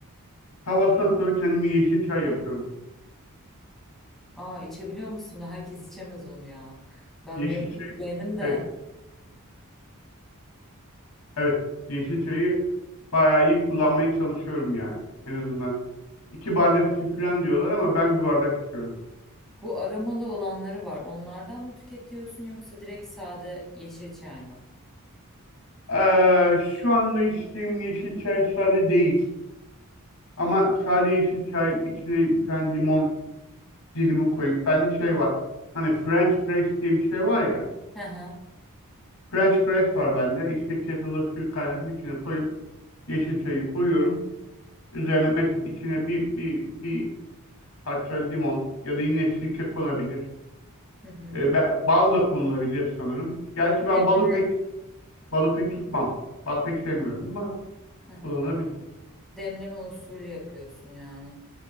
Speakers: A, on the left (about 80°); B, in the centre.
A: Kahvaltıdan sonra kendime yeşil çay yapıyorum.
B: Aa içebiliyor musun? Herkes içemez onu ya. Ben
A: Yeşilçay
B: bir ara beğendim de
A: evet evet Yeşilçay'ı bayağı iyi kullanmaya çalışıyorum yani en azından. iki bardak için falan diyorlar ama ben bir bardak içiyorum.
B: bu aromalı olanları var. Onlardan mı tüketiyorsun yoksa direkt sade yeşil çay mı?
A: Ee, şu anda içtiğim yeşil çay sade değil ama sade yeşil çay içine bir tane limon dilimi koyup bende şey var. Hani French press diye bir şey var ya.
B: Hı hı.
A: French press var bende. İşte kettle'a suyu kaynatıp içine koyup yeşil çayı koyuyorum. Üzerine mes- içine bir, bir, bir parça limon ya da yine sirke konabilir.
B: Hı hı.
A: E, be- bal da kullanılabilir sanırım. Gerçi ben
B: Demleme
A: balı pek balı pek tutmam. Bal pek sevmiyorum ama
B: Hı hı.
A: kullanılabilir.
B: Demleme usulü yapıyorsun yani.